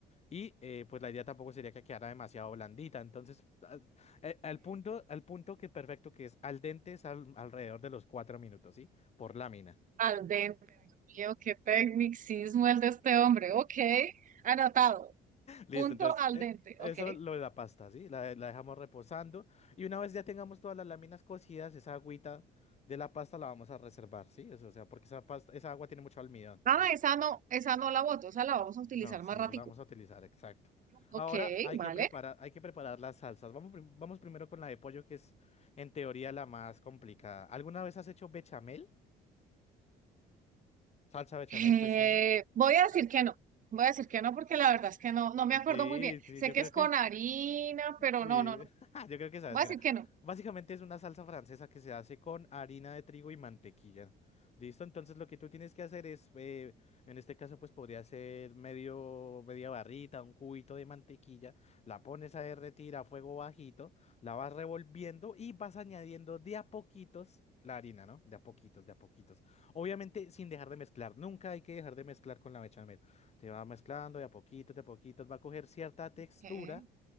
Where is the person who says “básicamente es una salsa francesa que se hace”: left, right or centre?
Left